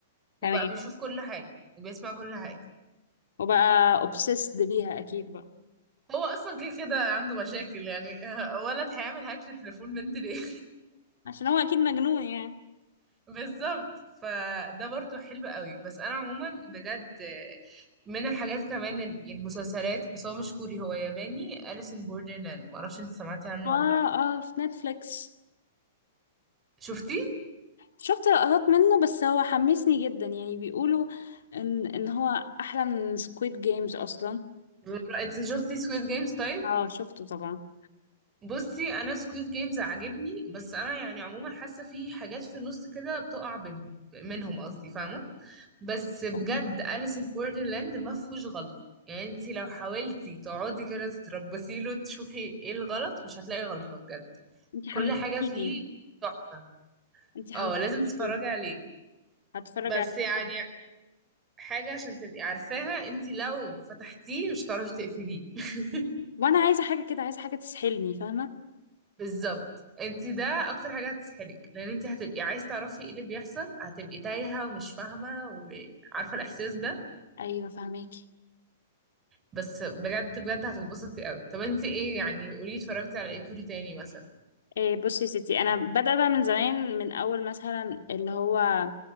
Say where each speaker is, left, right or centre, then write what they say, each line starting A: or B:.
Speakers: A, on the left; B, on the right.
A: تمام
B: وبقى بيشوف كل حاجة وبيسمع كل حاجة
A: وبقى obsessed بيها اكيد بقى
B: هو اصلا كده كده عنده مشاكل يعني <laughs> ولد هيعمل هاك لتليفون بنت ليه
A: عشان هو اكيد مجنون يعني
B: <laughs> بالظبط فده برضو حلو قوي بس انا عموما بجد من الحاجات كمان ال- المسلسلات بس هو مش كوري هو ياباني أليس ان بوردرلاند معرفش انت سمعتي عنه
A: اه
B: ولا لا
A: اه في نتفليكس
B: شفتي
A: شفت لقطات منه بس هو حمسني جدا يعني بيقولوا ان ان هو احلى من سكويد جيمز اصلا
B: <laughs> انت شفتي سويت جيمز طيب
A: اه شفته طبعا
B: بصي انا سكويد جيمز عاجبني بس انا يعني عموما حاسه في حاجات في النص كده بتقع بينهم منهم قصدي فاهمه بس بجد
A: فاهمة.
B: أليس ان بوردرلاند ما فيهوش غلطه يعني انت لو حاولتي تقعدي كده تتربصي له تشوفي ايه الغلط مش هتلاقي غلطه بجد
A: انت حمستيني
B: كل حاجه فيه تحفه
A: انت حمستيني
B: اه لازم تتفرجي عليه
A: هتفرج
B: بس
A: عليه
B: يعني حاجه عشان تبقي عارفاها انت لو فتحتيه مش هتعرفي تقفليه <laughs>
A: وانا عايزه حاجه كده عايزه حاجه تسحلني فاهمه
B: بالظبط انت ده اكتر حاجه هتسحلك لان انت هتبقي عايز تعرفي ايه اللي بيحصل هتبقي تايهه ومش فاهمه وعارفه الاحساس ده
A: ايوه فهماكي
B: بس بجد بجد هتتبسطي قوي طب انت ايه يعني قولي اتفرجتي على ايه كوري تاني مثلا
A: إيه بصي يا ستي انا بدأ بقى من زمان من اول مثلا اللي هو